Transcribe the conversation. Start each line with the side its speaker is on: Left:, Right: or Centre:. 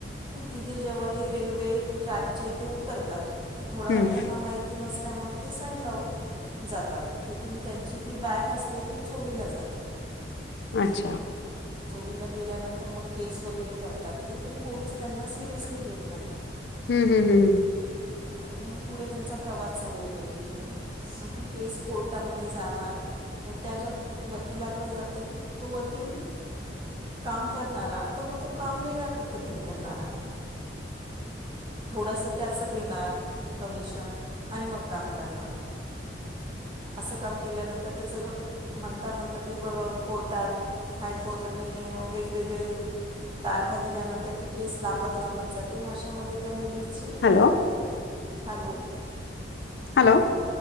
Right: तिथे जेव्हा ते रेल्वे ट्रॅकच्या इथे उतरतात. थोडा
Left: हम्म हम्म
Right: त्यांना माहिती नसत त्यामुळे ते साईड ला जातात तीथून त्यांची ती बॅग अस ते ती चोरीला जाते.
Left: अच्छा
Right: चोरीला गेल्यानंतर मग केस वगैरे करतात ते पण पोलीस त्यांना सिरियसली घेत नाही.
Left: हम्म हम्म हम्म हम्म
Right: आणि मग पुढे त्यांचा प्रवास चालू होतो तिथून मग ती केस कोर्टामध्ये जाणार तर त्या ज्या वकिलाकडे जाते तो वकिल काम करणारा. पण मग तो काम वेगळ्या पद्धतीन करणारा थोडस त्याच घेणार कमिशन आणि मग काम करणार अस काम केल्यानंतर त्याचं ग म्हणता म्हणता ती बाबा कोर्टात हायकोर्टाने वेगवेगळे तारखा दिल्यानंतर ती केस लांबत लांबत जाते आणि अशामध्ये त्या मुलीची
Left: हॅलो
Right: हॅलो
Left: हॅलो